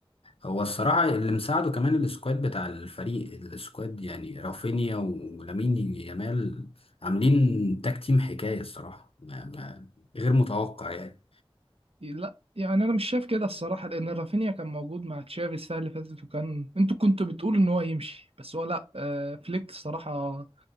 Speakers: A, on the left; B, on the right.
A: هو الصراحة اللي مساعده كمان السكواد بتاع الفريق السكواد يعني رافينيا ولامين يامال عاملين تاك تيم حكاية الصراحة ما ما غير متوقع يعني
B: لا يعني انا مش شايف كده الصراحه لان رافينيا كان موجود مع تشافي السنه اللي فاتت وكان انتوا كنتوا بتقولوا ان هو يمشي بس هو لا آه فليك الصراحه